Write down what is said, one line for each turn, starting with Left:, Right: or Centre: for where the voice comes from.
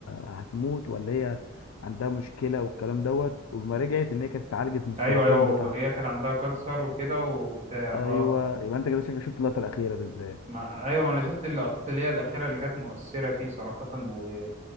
Left: هتموت ولا هي عندها مشكله والكلام دوت وما رجعت ان هي كانت اتعالجت من السرطان
Right: ايوه ايوه
Left: بتاعها
Right: وهي كان عندها كانسر وكده وبتاع
Left: ايوه
Right: اه
Left: يبقى انت كده شكلك شفت اللقطه الاخيره بالذات
Right: ما ايوه ما انا شفت اللقطات اللي هي الاخيرة اللي كانت مؤثرة فيه صراحة و...